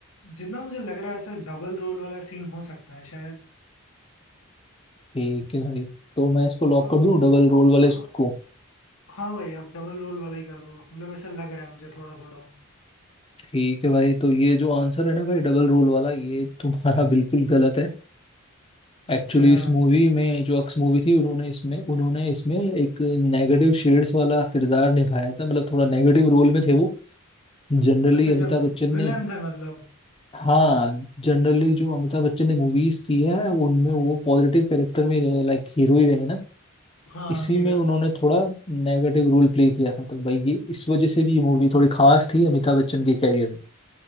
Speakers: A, on the left; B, on the left.
A: जितना मुझे लग रहा है सर डबल रोल वाला सीन हो सकता है शायद
B: ठीक है भाई तो मैं इसको लॉक
A: तो
B: कर दूं डबल रोल वाले
A: हाँ
B: को
A: हाँ भाई आप डबल रोल वाला ही कर दो मतलब ऐसा लग रहा है मुझे थोड़ा थोड़ा
B: ठीक है भाई तो ये जो आंसर है ना भाई डबल रोल वाला ये तुम्हारा <laughs> बिल्कुल गलत है
A: अच्छा
B: एक्चुअली इस मूवी में जो अक्स मूवी थी उन्होंने इसमें उन्होंने इसमें एक नेगेटिव शेड्स वाला किरदार निभाया था मतलब थोड़ा नेगेटिव रोल में थे वो जनरली
A: अच्छा
B: अमिताभ
A: जब
B: बच्चन
A: विलन
B: ने
A: था मतलब
B: हाँ जनरली जो अमिताभ बच्चन ने मूवीज की है उनमें वो पॉजिटिव कैरेक्टर में ही रहे लाइक हीरो ही रहे ना
A: हाँ
B: इसी
A: सही
B: में
A: बात
B: उन्होंने
A: है
B: थोड़ा नेगेटिव रोल प्ले किया था तो भाई ये इस वजह से भी ये मूवी थोड़ी खास थी अमिताभ बच्चन के कैरियर में